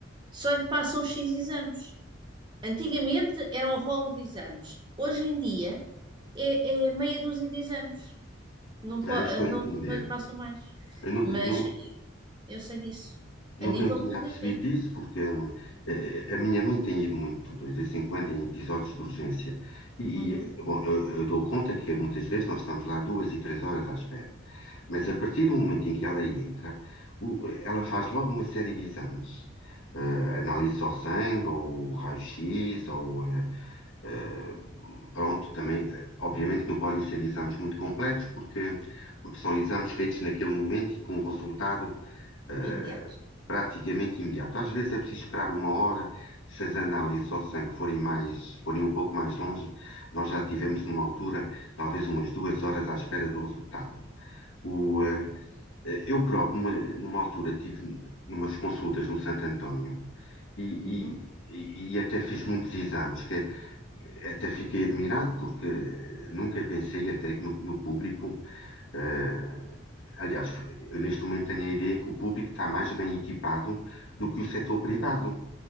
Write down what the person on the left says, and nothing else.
Ah,
estou
a entender.
Eu, nu-
eu nu-
nunca
me tinha
apercebido
disso, porque hum, eh, a minha mãe tem ido muito, de vez em quando, em episódios de urgência. E,
e, bom, eu, eu dou conta que muitas vezes nós estamos lá duas e três horas à espera. Mas a partir do momento em que ela entra, o- ela faz logo uma série de exames. eh, análise ao sangue, ou raio-x, ou eh, eh, pronto, também, eh, obviamente que não podem ser exames muito completos, porque, porque são exames feitos naquele momento e com um resultado eh,
praticamente imediato. Às vezes é preciso esperar uma hora, se as análises ao sangue forem mais, forem um pouco mais longe, nós já tivemos numa altura, talvez umas duas horas à espera do resultado. O, eh, eh, Eu próprio, numa, numa altura, tive umas consultas no Santo António e,
e- e até fiz muitos exames, que até fiquei admirado porque nunca pensei até que no, no público, eh, aliás, eu neste momento tenho a ideia que o público está mais bem equipado do que o setor privado.